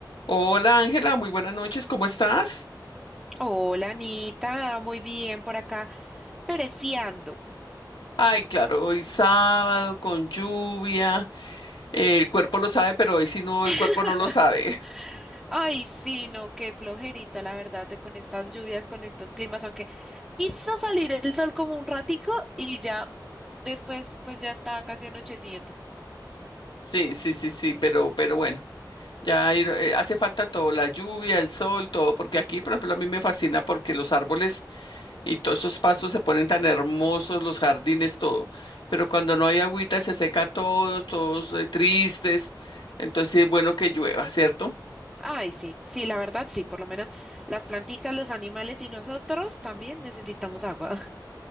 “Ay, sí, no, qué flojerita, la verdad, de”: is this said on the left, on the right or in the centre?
Centre